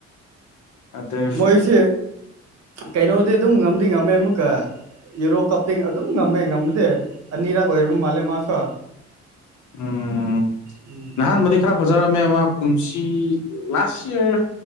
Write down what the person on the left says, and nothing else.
ꯑꯇꯩ
ꯎꯝ
ꯅꯍꯥꯟ ꯃꯗꯤ ꯈꯔ ꯑꯣꯖꯔꯝꯃꯦ ꯑꯃ ꯀꯨꯝꯁꯤ ꯂꯥꯁ ꯏꯌꯥꯔ